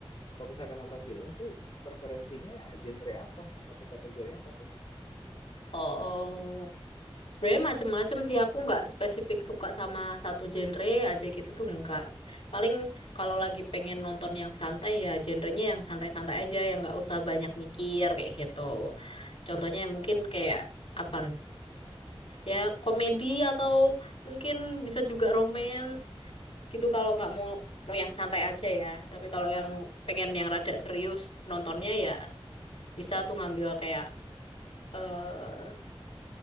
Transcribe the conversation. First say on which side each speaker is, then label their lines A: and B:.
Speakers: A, on the left; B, on the left.
A: kalau misalkan nonton film tuh preferensinya genre apa? Atau kategori apa tuh?
B: oh sebenarnya macem-macem sih aku nggak spesifik suka sama satu genre aja gitu tuh nggak paling kalau lagi pengen nonton yang santai ya genrenya yang santai-santai aja yang nggak usah banyak mikir kayak gitu contohnya mungkin kayak apa ya komedi atau mungkin bisa juga romance gitu kalau nggak mau mau yang santai aja ya tapi kalau yang pengen yang rada serius nontonnya ya bisa tuh ngambil kayak eh